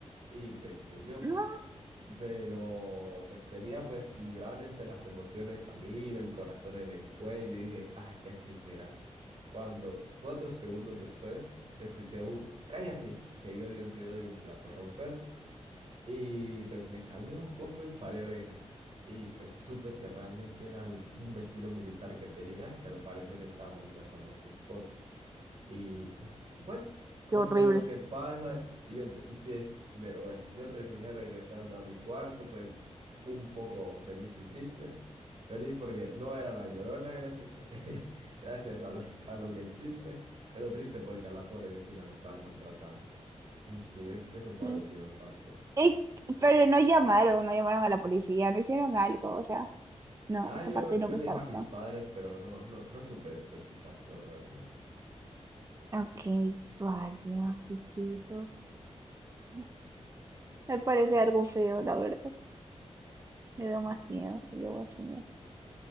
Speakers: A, on the right; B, on the right.
A: Y pensé yo,
B: no.
A: pero pues tenía pues literalmente las emociones a mil, el corazón en el cuello y dije, ay, ¿ya qué será? Cuando cuatro segundos después escuché un cállate, seguido de un ruido de un plato romperse y pues me calmé un poco y paré oreja y pues supe que realmente era el- un vecino militar que tenía que al parecer estaba maltratando a su esposa. Y pues, bueno, con
B: Qué horrible.
A: cosas que pasan. Y yo, te- sí, pero bueno, yo terminé regresando a mi cuarto, pues un poco feliz y triste. Feliz porque no era la llorona, gracias, <laughs> gracias a, la- a lo que existe, pero triste porque a la pobre vecina la estaban maltratando. Y Sí, es, eso fue
B: Sí.
A: algo que me pasó.
B: Eh, pero no llamaron, no llamaron a la policía, no hicieron algo, o sea, no,
A: Ah,
B: esa
A: yo,
B: parte no
A: yo
B: me
A: le
B: está
A: dije
B: gustando.
A: a mis padres, pero no, no, no supe después qué pasó realmente.
B: Ok, vaya, ¿qué es eso? No sé. Me parece algo feo, la verdad. Me dio más miedo, me dio más miedo.